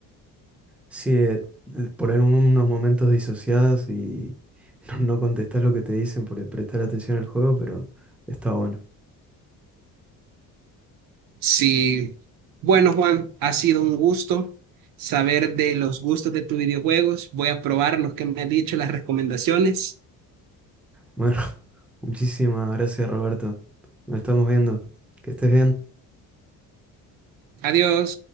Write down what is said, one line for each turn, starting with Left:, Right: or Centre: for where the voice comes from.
Centre: Sí, eh, eh, por algunos momentos disociadas y <laughs> no, no contestás lo que te dicen por el prestar atención al juego, pero está bueno.
Right: Sí, bueno, Juan, ha sido un gusto saber de los gustos de tus videojuegos. Voy a probar los que me has dicho, las recomendaciones.
Centre: Bueno, <laughs> muchísimas gracias, Roberto. Nos estamos viendo. Que estés bien.
Right: Adiós.